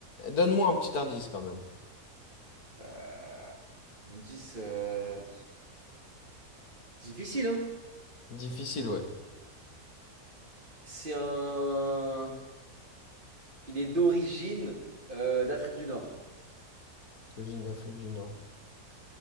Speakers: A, on the left (about 75°); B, on the right (about 30°).
A: Donne-moi un petit indice quand même.
B: Euh... indice, euh, Difficile, hein?
A: Difficile, ouais.
B: C'est un. Il est d'origine euh, d'Afrique du Nord.
A: Origine d'Afrique du Nord.